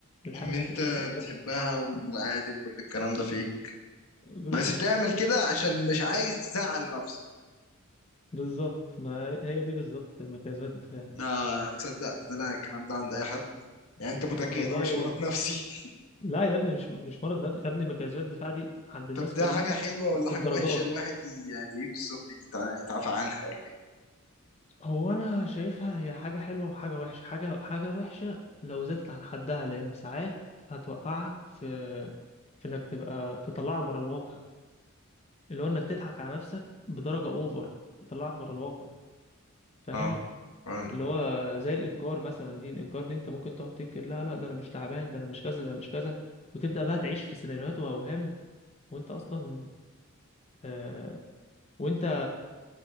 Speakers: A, on the left (about 30°); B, on the left (about 80°).
A: الحقيقة
B: ان انت
A: انك انت بتحبها
B: بتحبها وعادي وكل الكلام ده فيك
A: بالظبط
B: بس بتعمل كده عشان مش عايز تزعل نفسك
A: بالظبط ما هي دي بالظبط ميكانيزمات الدفاع
B: ده تصدق ده لا الكلام ده عند اي حد يعني انت متأكد
A: ما والله
B: ان ده مش مرض نفسي
A: لا يا ابني مش مش مرض نفسي يا ابني مكيزات الدفاع دي
B: <laughs>
A: عند الناس
B: طب ده
A: كلها
B: حاجة حلوة ولا
A: بس
B: حاجة
A: بدرجات
B: وحشة الواحد ي- يعني ايه بالظبط يتع- يتعافى عنها ولا ايه
A: هو انا شايفها هي حاجه حلوه وحاجه وحشه حاجه حاجه وحشه لو زادت عن حدها لان ساعات هتوقعك في في انك تبقى تطلعك بره الواقع اللي هو انك تضحك على نفسك بدرجه اوفر تطلعك بره الواقع فاهم
B: اه فاهم.
A: اللي هو زي الانكار مثلا دي الانكار دي انت ممكن تقعد تنكر لا لا ده انا مش تعبان ده انا مش كذا ده انا مش كذا وتبدا بقى تعيش في سيناريوهات واوهام وانت اصلا آه، وانت